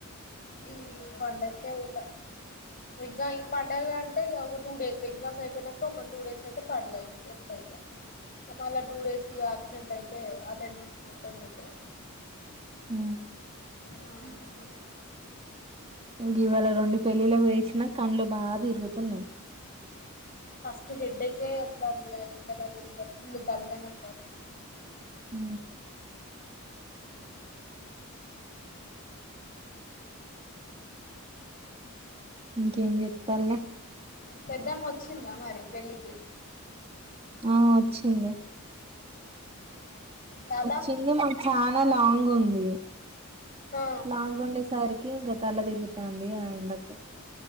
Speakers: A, on the left; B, on the right.
A: ఈ పండకే వెళ్తా ఎగ్జామ్ పండుగ అంటే ఒక టూ డేస్ ఎగ్జామ్స్ అయిపోయినాక ఒక టూ డేస్ అయితే పండుగ అయిపోతుంది అ మళ్ళా టూ డేస్ అబ్సెంట్ అయితే అటెండెన్స్ మొత్తం పోతది
B: ఉ
A: ఆ
B: గేవాళ రెండు పెళ్లిళ్లు వేసినా కండ్లు బాగా తిరుగుతున్నాయి
A: ఫస్ట్ హెడ్డకే వత్తాంది ఆ తల తిరుగుతుంది ఫుల్ తలకాయ నొత్తంది
B: ఉ ఇంకేం చేస్తాంలే
A: పెద్దమ్మ వచ్చిందా మరి పెళ్లికి
B: ఆ వచ్చింది
A: తాత
B: వచ్చింది మాకు చాలా లాంగ్ ఉంది
A: ఆ
B: లాంగ్ ఉండేసరికి ఇక తల తిరుగుతుంది ఆ ఎండకు